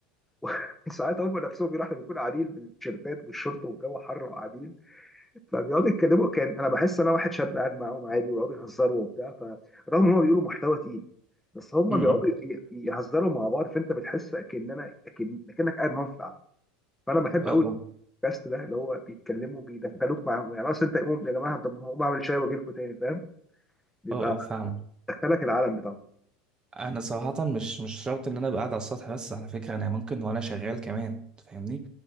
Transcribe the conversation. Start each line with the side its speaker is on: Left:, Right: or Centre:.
Centre: <laughs> وساعات هم نفسهم بيروحوا بيكونوا قاعدين بالتيشيرتات والشورت والجو حر وقاعدين فبيقعدوا يتكلموا كان انا بحس انا واحد شاب قاعد معاهم عادي ويقعدوا يهزروا وبتاع فرغم ان هم بيقولوا محتوى تقيل بس هم
Right: م-م.
Centre: بيقعدوا ي- يهزروا مع بعض فانت بتحس اكننا اكن اكنك قاعد معاهم في القعده فانا بحب
Right: اه
Centre: قوي
Right: اه
Centre: البودكاست ده اللي هو بيتكلموا بيدخلوك معاهم يعني اصل انت قوم يا جماعه طب ما هقوم اعمل شاي واجي لكم تاني فاهم بيبقى
Right: اه اه فاهم
Centre: دخلك العالم بتاعهم
Right: انا صراحه مش مش شرط ان انا ابقى قاعد على السطح بس على فكره انا ممكن وانا شغال كمان فاهمني